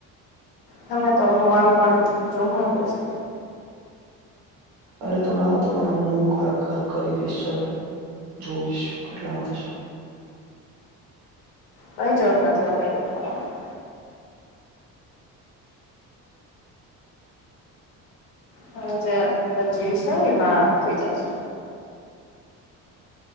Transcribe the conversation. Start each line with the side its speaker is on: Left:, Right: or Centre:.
Left: તમે તો હોવાનું પણ જોવાનું દ છે
Right: અરે તમે આવો તમારા રૂમ નુ હ ખોરાક ખરક કરી દઈશ ચાલલે જોઈશ કેટલામાં થશે
Left: કઈ જરુર નથી <unintelligible> <unintelligible> <unintelligible> હ જે બ્ચી છે એમાં થઈ જશે